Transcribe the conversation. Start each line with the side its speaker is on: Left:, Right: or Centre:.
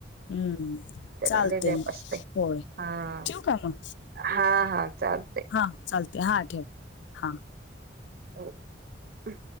Left: हम्म
Right: त्याला
Left: चालतय
Right: लय व्याप
Left: म,
Right: असतय
Left: होय
Right: हा
Left: ठेवु का मग
Right: हा हा चाल
Left: हा चालतय हा ठेव हा
Right: हो अ